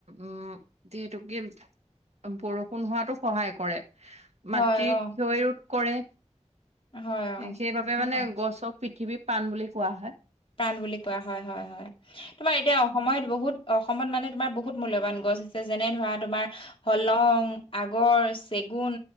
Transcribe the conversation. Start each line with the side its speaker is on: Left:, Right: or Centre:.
Right: উম, যিহেতু কি বৰষুণ হোৱাতো সহায় কৰে,
Left: হয়
Right: মাটি
Left: অ',
Right: ক্ষয় ৰোধ কৰে।
Left: হয় অ'।
Right: সেইবাবে মানে গছক পৃথিৱীৰ প্ৰাণ বুলি কোৱা হয়।
Left: প্ৰাণ বুলি কোৱা হয়-হয়-হয় তোমাৰ এতিয়া সময়ত বহুত অসমত মানে তোমাৰ বহুত মূল্যবান গছ আছে যেনে ধৰা তোমাৰ হোলং, আগৰ, চেগুন,